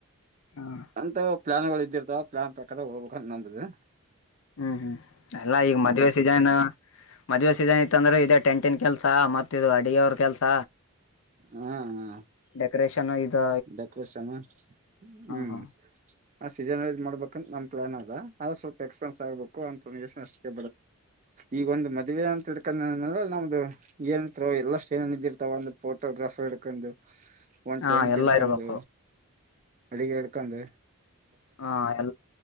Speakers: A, on the left; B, on the right.
A: ಹ್ಮ್
B: ಅಂತ ಪ್ಲಾ ಗಳು ಇದಿರ್ದಾವ ಪ್ಲಾನ್ ಪ್ರಕಾರ ಹೋಗ್ಬೇಕಂತ ನಂಬದು
A: ಹ್ಮ್ ಹ್ಮ್ ಅಲ್ಲಾ ಈಗ ಮದ್ವೆೆ ಸೀಸನ್ ಮದ್ವೆೆ ಸೀಸನ್ ಇ ಇಂದ್ರರು ಇೇ ಟೆಂಟನ್ ಕೆಲ್ಸ ಮತ್ತ ಇದು ಅಡಗೆವ್ರ ಕೆಲ್ಸ
B: ಹ್ಮ್ ಹ್ಮ್
A: ಡೆಕೋರೇನ್ ಇದು
B: ಡೆಕೋರೇಷನ್ ಹ್ಮ್
A: ಹಾ
B: ಆ ಸೀಜನ್್ ಮಾಡ್ಬೇಕಂದ ನಮ್ ಪ್ಲಾನ್ ಆಗ ಅದು ಸ್ವಲ್ಪ ಎಕ್ಸ್ಪೆನ್ಸ್ ಆಗ್ಬೇಕು ಅಂತ ಷ್ಟ ಈಗ ಒಂದು ಮದುವೆ ಅಂತಡ್ಕೊಂಡ ನಮ್ದು ಏನೋ ಎಲ್ಲ ಏನ ಬಂದಿರ್ತಾವ ಒಂದು ಫೋಟೋಗ್ರಾಫರ್ ಹಿಡ್ಕೊಂಡು ಒಂದು್
A: ಹಾ
B: ಟ್ಯಾಂಕ್
A: ಎಲ್ಲಾ
B: ಹಡ್ಕೊಂಡು
A: ಇರ್ಬೇಕು
B: ಅಡಗೆ ಹಳ್ಕಂದು
A: ಹಾ ಎ